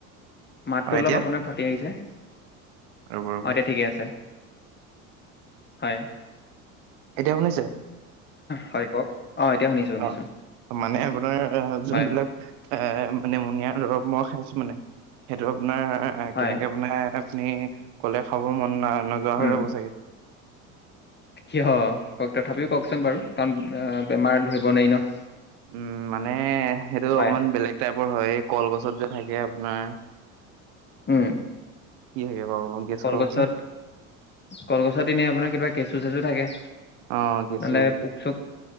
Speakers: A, on the left; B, on the right.
A: মাতটো
B: অ
A: অলপ
B: এতিয়া
A: আপোনাৰ ফাটি আহিছে, অ,
B: ৰ'ব ৰ'ব
A: এতিয়া ঠিকে আছে। হয়
B: এতিয়া শুনিছে?
A: হয়, কওক? অ, এতিয়া শুনিছো। শুনিছো
B: অ, মানে আপোনাৰ যোনবিলাক
A: হয়
B: এ, নেমনিয় দৰৱ মই খাইছো মানে, সেইটো আপোনাৰ
A: হয়
B: কেনেকে বনাই মানে খিনি ক'লে খাব মন না নোযোৱা
A: উম
B: হৈ যাব চাগে।
A: কিয়? তথাপিও কওকচোন বাৰু, কাৰণ বেমাৰ ধৰিব নোৱাৰি ন!
B: উম, মানে সেইটো
A: হয়
B: অকমান বেলেগ টাইপৰ হয়, এই কলগছত যে থাকে আপোনাৰ
A: উম।
B: কি থাকে বাৰু? গেছ
A: কলগছত,
B: কৰকচোন
A: কলগছত এনেই আপোনাৰ কিবা কেঁচু-চেচু থাকে।
B: অ, কেঁচু।
A: নহ'লে পোক চোক